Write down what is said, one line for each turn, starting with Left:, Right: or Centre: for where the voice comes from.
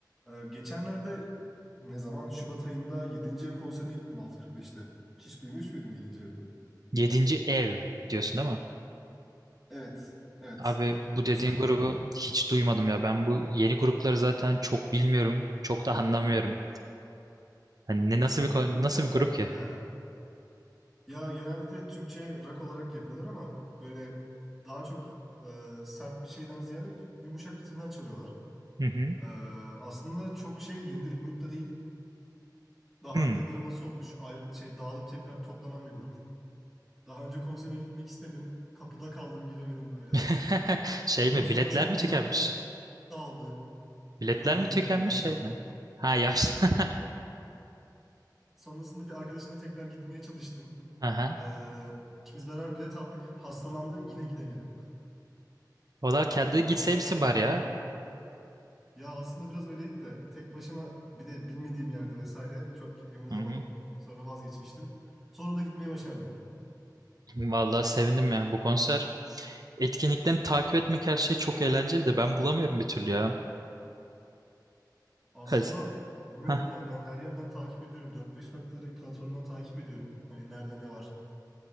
Centre: Ee, geçenlerde ne zaman? Şubat ayında 7. ev konserine gittim 6.45'te. Hiç duymuş muydun 7. evi?
Right: Yedinci ev diyorsun değil mi?
Centre: Evet. Evet.
Right: Abi bu dediğin
Centre: Müzik grubu.
Right: grubu hiç duymadım ya. Ben bu yeni grupları zaten çok bilmiyorum. Çok da anlamıyorum. Hani ne nasıl bir ko- nasıl
Centre: Yani,
Right: bir grup ki?
Centre: heh. Ya genellikle Türkçe rock olarak yapıyorlar ama böyle daha çok e, sert bir şeyden ziyade yumuşak ritimler çalıyorlar.
Right: Hı hı.
Centre: E, aslında çok şey yeni bir grupta değil. Daha
Right: Hmm.
Centre: önce draması olmuş, ayrı, şey dağılıp tekrar toplanan bir grup. Daha önce konserine gitmek istedim. Kapıda kaldım, giremedim böyle.
Right: <laughs> Şey
Centre: Grup
Right: mi?
Centre: sonrasında
Right: Biletler mi
Centre: grup
Right: tükenmiş?
Centre: dağıldı.
Right: Biletler
Centre: Yok
Right: mi
Centre: hayır
Right: tükenmiş
Centre: ya yaştan.
Right: şey mi? Ha yaşlı.
Centre: E, Sonrasında bir arkadaşımla tekrar gitmeye çalıştım.
Right: <laughs> Aha.
Centre: Ee, ikimiz beraber bilet aldık. Hastalandı yine gidemedim.
Right: Valla kendi
Centre: Ee, konserden
Right: gitseymişsin bari
Centre: bir önceki
Right: ya.
Centre: gün. Ya aslında biraz öyleydi de tek başıma bir de bilmediğim yerde vesaire çok emin
Right: Hı
Centre: olamadım.
Right: hı.
Centre: Sonra vazgeçmiştim. Sonunda gitmeyi başardım.
Right: Vallahi sevindim ya. Bu konser etkinliklerini takip
Centre: Hı.
Right: etmek her şey çok eğlenceli de ben bulamıyorum bir türlü ya.
Centre: Aslında
Right: Hadi.
Centre: bilmiyorum
Right: Ha.
Centre: ya ben her yerden takip ediyorum. dört beş farklı platformdan takip ediyorum. Hani nerede ne var.